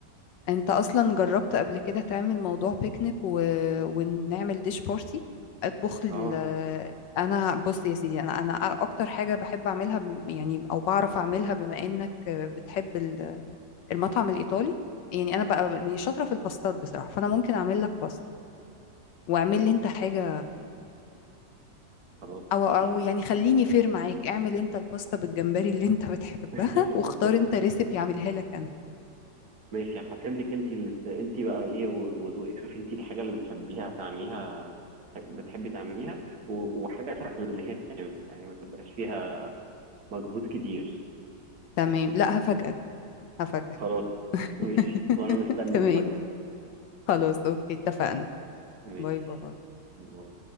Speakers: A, on the left; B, on the right.
A: انت اصلا جربت قبل كده تعمل موضوع بيكنيك و... ونعمل ديش بارتي اطبخ ال...
B: اه
A: انا بص يا سيدي انا انا اكتر حاجه بحب اعملها بم- يعني او بعرف اعملها بما انك بتحب ال- المطعم الايطالي يعني انا بقى من شاطره في الباستات بصراحه فانا ممكن اعمل لك باستا واعمل لي انت حاجه
B: خلاص
A: او او
B: ماشي
A: يعني خليني فير معاك اعمل انت الباستا بالجمبري اللي انت بتحبها
B: <laughs>
A: <laughs> واختار انت ريسيبي اعملها لك انا
B: ماشي هسيب لك انت اللي ت- انت بقى ايه و- وذوقك شوفي انت الحاجه اللي بتحبيها تعمليها بتحبي تعمليها و- وحاجه سهله ان هي تتعمل يعني ما تبقاش فيها مجهود كتير
A: تمام لا هفاجئك هفاجئك
B: خلاص ماشي
A: <laughs>
B: وانا مستني
A: تمام
B: مفاجاه
A: خلاص أوكي اتفقنا
B: ماشي
A: باي باي
B: باي.